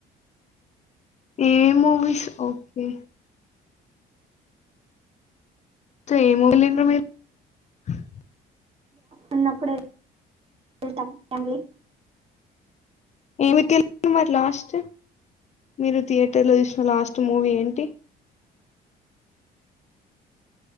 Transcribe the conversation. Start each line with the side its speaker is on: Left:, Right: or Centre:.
Left: ఏ మూవీస్ ఓకే ఏం వెళ్ళింది <unintelligible>
Right: అన్నప్పుడ వవెళ్తాం <inaudible>
Left: ఎ మరి లాస్ట్ <inaudible> మీరు థియేటర్లో చూసిన లాస్ట్ మూవీ ఏంటి